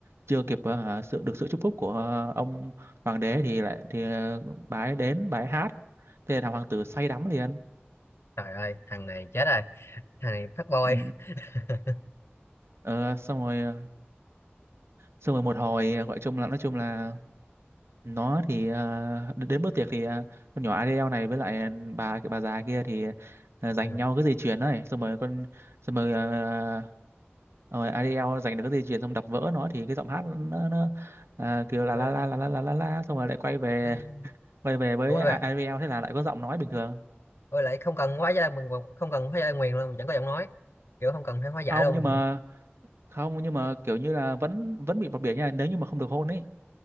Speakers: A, on the right; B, on the left.
A: chưa kịp ờ, hả, sự được sự chúc phúc của ờ, ông hoàng đế thì lại thì ờ, bà ấy đến bà ấy hát thế là hoàng tử say đắm liền
B: trời ơi thằng này chết rồi thằng này phát boy
A: ừ.
B: <laughs>
A: Ờ, xong rồi ờ, xong rồi một hồi ờ, gọi chung là nói chung là nó thì ờ, đ- đến bữa tiệc thì ờ, con nhỏ Adele này với lại bà bà già kia thì ờ, giành
B: ừ.
A: nhau cái dây chuyền đấy xong rồi con xong rồi ờ, rồi Adele giành được cái dây chuyền xong đập vỡ nó thì cái giọng hát nó, nó, nó à, kêu là
B: nó,
A: la la la la la la la xong rồi lại quay về
B: nó...
A: quay về với
B: ôi
A: I-
B: vậy
A: IVL thế là lại có giọng nói bình thường
B: ôi lại không cần hóa giải mình không cần hóa giải nguyền luôn chẳng có giọng nói kiểu không cần phải hóa giải
A: không
B: luôn
A: nhưng mà không nhưng mà kiểu như là vẫn vẫn bị bập bỉa nha nếu như mà không được hôn ấy